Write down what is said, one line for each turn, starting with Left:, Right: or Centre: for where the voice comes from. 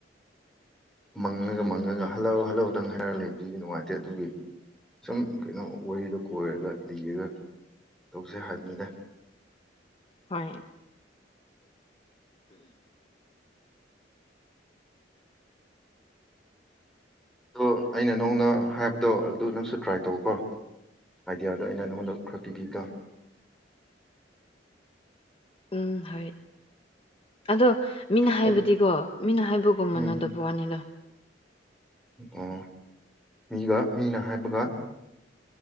Centre: ꯃꯪꯂꯒ ꯃꯪꯂꯒ ꯍꯜꯂꯣ ꯍꯜꯂꯣ ꯗꯪ ꯍꯥꯏꯔꯛꯂꯒ ꯂꯩꯕꯗꯤ ꯅꯨꯡꯉꯥꯏꯇꯦ ꯑꯗꯨꯒꯤ ꯁꯨꯝ ꯀꯩꯅꯣ ꯋꯥꯔꯤꯗꯣ ꯀꯣꯏꯔꯒ ꯂꯤꯔꯒ ꯇꯧꯁꯦ ꯍꯥꯏꯕꯅꯤꯗ
Left: ꯍꯣꯢ
Centre: ꯑꯗꯣ ꯑꯩꯅ ꯅꯪꯉꯣꯟꯗ ꯍꯥꯏꯕꯗꯣ ꯑꯗꯨ ꯅꯪꯁꯨ ꯇ꯭ꯔꯥꯏ ꯇꯧ ꯀꯣ ꯑꯥꯏꯗꯤꯌꯥꯗꯣ ꯑꯩꯅ ꯅꯪꯉꯣꯟꯗ ꯈꯔ ꯄꯤꯕꯤꯀꯣ
Left: ꯎꯝ ꯍꯣꯏ ꯑꯗꯣ ꯃꯤꯅ ꯍꯥꯏꯕꯗꯤꯀꯣ
Centre: ꯍꯥꯏꯗꯤ
Left: ꯃꯤꯅ ꯍꯥꯏꯕꯒꯨꯝ ꯃꯅꯗꯣ
Centre: ꯎꯝ
Left: ꯋꯥꯅꯤꯗ
Centre: ꯑꯣ ꯃꯤꯒ ꯃꯤꯅ ꯍꯥꯏꯕꯒ